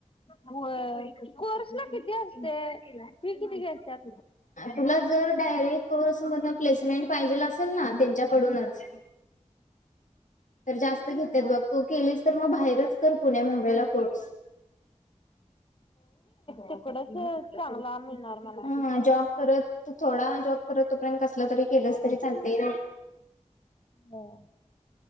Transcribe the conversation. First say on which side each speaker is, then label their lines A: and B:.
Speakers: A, on the left; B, on the left.
A: होय, कोर्स ना किती असतें किती घेतात?
B: तुला जर डायरेक्ट कोर्समधून प्लेसमेंट पाहिजे असेल ना त्यांच्याकडूनच तर जास्त घेतात बघ, तू केलीस तर मग बाहेरच पुण्या मुंबईला कोर्स
A: तिकडचं चांगला मिळणार मला
B: हा जॉब करत, थोडा जॉब करत, तोपर्यंत कसलं तरी केलंच तरी चालतेय
A: होय.